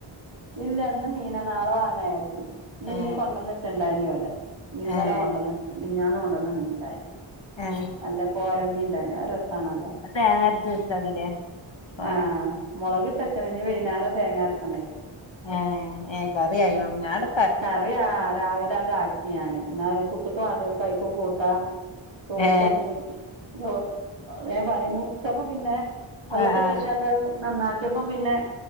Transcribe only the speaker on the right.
ഇല്ല ഇന്ന് മീന നാളെ വാങ്ങ വിചാരിച്ചു ഇന്ന്
മീൻ കൊണ്ടന്ന് വെച്ചെ ഇണ്ടായ്നി ഇവിടെ മി ന്നലെ
കൊണ്ടുവന്നെ മീ മിഞ്ഞാന്ന് കൊണ്ടുവന്ന മീൻ ഇണ്ടായ്ര്നു
നല്ല കോരമീൻ ഉണ്ടായിനി ആണല്ലോ
ആ മുളക്ഇ ട്ട് വെക്കണം ഇഞ്ഞ് വൈനേരം തേങ്ങരക്കണംഅയ്ക്ക്
കറിയ ആ രാവിലാണ്ട് ആക്കി ഞാന് ന്നാ പുട്ടക്ക് വേണ്ടിയോല്ക്ക് അയ്ക്കും കൂട്ടാം ചോർക്കും
ചോ വേം പണി മുറിച്ചപ്പം പിന്നെ വെള്ളത്തി
ഇട്ടെച്ചാണ്ട് അത് നന്നാക്കിയപ്പം പിന്നെ